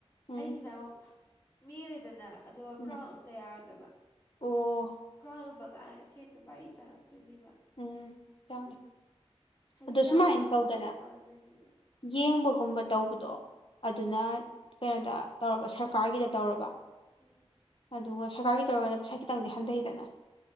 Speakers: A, on the left; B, on the left.
A: ꯎꯝ
B: ꯑꯩꯁꯤꯅ ꯑꯃꯨꯛ ꯃꯦꯜꯂꯦꯗꯅ ꯑꯗꯨꯒ
A: ꯎꯝ
B: ꯀ꯭ꯔꯥꯎꯟ ꯎꯨꯞꯇꯇ ꯌꯥꯔꯣꯏꯗꯕ
A: ꯑꯣ
B: ꯒ꯭ꯔꯥꯎꯟ ꯂꯨꯕ ꯀꯥꯟꯗ ꯁꯦꯟꯗꯣ ꯕꯔꯤ ꯆꯪꯉꯛꯇꯣꯏꯅꯦꯕ
A: ꯎꯝ ꯆꯪꯉꯦ
B: ꯑꯗꯨꯒꯤꯍꯩ
A: ꯑꯗꯣ
B: ꯌꯥꯝꯃ
A: ꯁꯨꯃꯥꯏꯅ
B: ꯍꯥꯞꯄ
A: ꯇꯧꯗꯅ
B: ꯆꯞ ꯃꯥꯟꯅꯗꯣꯏꯅꯦꯕ
A: ꯌꯦꯡꯕꯒꯨꯝꯕ ꯇꯧꯕꯗꯣ ꯑꯗꯨꯅ
B: ꯎꯝ
A: ꯀꯩꯅꯣꯗ ꯇꯧꯔꯕ ꯁꯔꯀꯥꯔꯒꯤꯗ ꯇꯧꯔꯕ
B: ꯎꯝ
A: ꯑꯗꯨꯒ ꯁꯔꯀꯥꯔꯒꯤ ꯇꯧꯔꯒꯅ ꯄꯩꯁꯥ ꯈꯤꯇꯪꯗꯤ ꯍꯟꯊꯩꯗꯅ